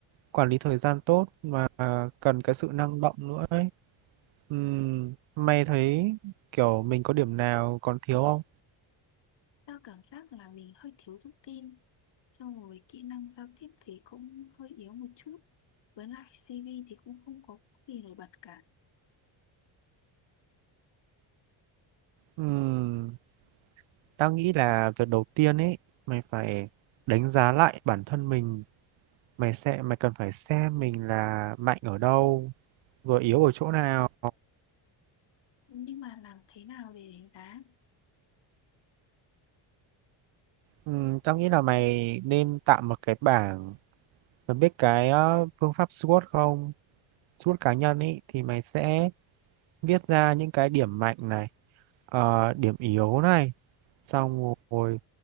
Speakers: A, on the right; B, on the left.
A: quản lý thời gian tốt và cần cái sự năng động nữa ấy. Ừm, mày thấy kiểu mình có điểm nào còn thiếu không?
B: Tao cảm giác là mình hơi thiếu tự tin. Xong rồi kỹ năng giao tiếp thì cũng hơi yếu một chút. Với lại CV thì cũng không có gì nổi bật cả.
A: Ừm, tao nghĩ là việc đầu tiên ấy, mày phải đánh giá lại bản thân mình mày sẽ mày cần phải xem mình là mạnh ở đâu rồi yếu ở chỗ nào
B: Nhưng mà làm thế nào để đánh giá?
A: Ừm, tao nghĩ là mày nên tạo một cái bảng mày biết cái ờ, phương pháp SWOT không SWOT cá nhân ý thì mày sẽ viết ra những cái điểm mạnh này ờ, điểm yếu này xong rồi